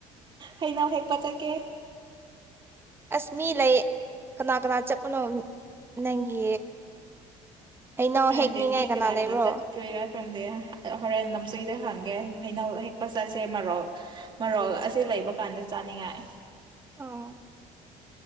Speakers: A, on the right; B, on the right.
A: ꯍꯩꯅꯧ ꯍꯦꯛꯄ ꯆꯠꯀꯦ
B: ꯑꯁ ꯃꯤ ꯂꯩ ꯀꯅꯥ ꯀꯅꯥ ꯆꯠꯄꯅꯣ ꯅꯪꯒꯤ ꯍꯩꯅꯧ
A: ꯈꯪꯗꯦ
B: ꯍꯦꯛꯅꯤꯡꯉꯥꯏ
A: ꯃꯤ ꯀꯅꯥ
B: ꯂꯩꯕ꯭ꯔꯣ
A: ꯀꯅꯥ ꯆꯠꯇꫭꯏꯔꯥ ꯈꯪꯗꯦ ꯍꯣꯔꯦꯟ ꯂꯝꯁꯣꯏꯗ ꯍꯪꯗ ꯒꯦ ꯍꯩꯅꯧ ꯍꯦꯛꯄ ꯆꯠꯁꯦ ꯃꯔꯣꯜ ꯃꯔꯣꯜ ꯑꯁꯤ ꯂꯩꯕ ꯀꯥꯟꯗ ꯆꯥꯅꯤꯡꯉꯥꯏ
B: ꯑ